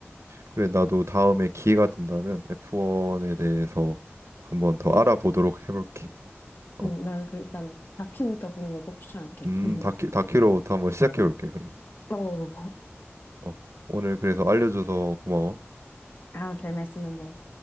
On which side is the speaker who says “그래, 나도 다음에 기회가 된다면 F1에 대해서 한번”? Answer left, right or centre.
Right